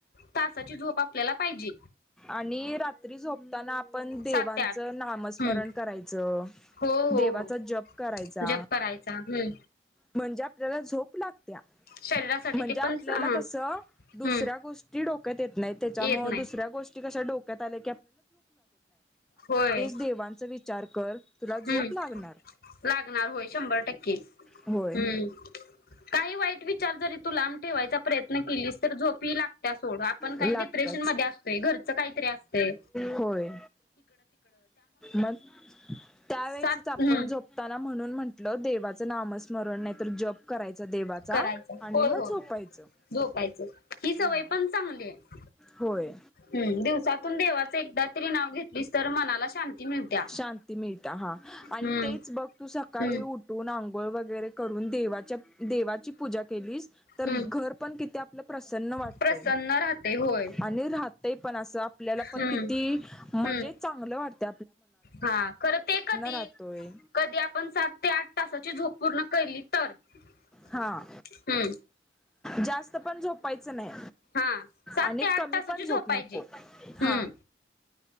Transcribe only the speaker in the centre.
आणि रात्री झोप ताना आपण देवांचं
नामस्मरण
करायचं
देवाचा
जप करायचा
म्हणजे आपल्याला झोप. लागत्या
म्हणजे
आपल्याला
कस
दुसऱ्या गोष्टी डोक्यात येत नाही. त्याच्यामुळे
दुसऱ्या गो कस डोक्यात आले.
देवांचा विचार कर तुला झोप
लागणार
होय
लागत्याच.
होय म त्यावेळीच
आपण
झोपताना म्हणून म्हटलं देवा. नामस्मरण नाही तर जप करायच देवाचा
आणि
मग
झोपायचं
ह
होय.
शांती मिळता हा
आणि तेच बघ तू सकाळी
उठून आंघोळ वगैरे करून देवा देवाची पूजा केलीस तर
घर पण किती आपल प्रसन्न वाटत
आणि पण असं आपल्याला पण
किती म्हणजे
चांगलं वात.
राहतोय
हा जास्त पण झोपायच नाही
आणि
कमी
पण झो
नको
हा